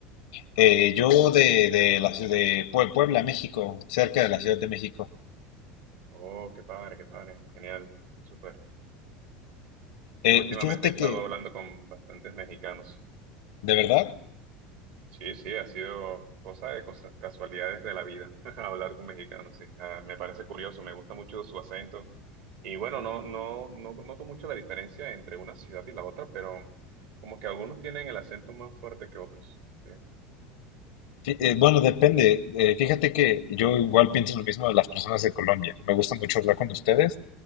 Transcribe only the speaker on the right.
Oh, qué padre, qué padre, genial, súper.
Sí, últimamente
he estado
hablando con bastantes mexicanos.
Sí, sí, ha sido cosa de cosa- casualidades de la vida <laughs> hablar con mexicanos, sí. Ah, me parece curioso, me gusta mucho su acento. Y bueno, no, no, no noto mucho la diferencia entre una ciudad y la otra, pero como que algunos tienen el acento más fuerte que otros. sí.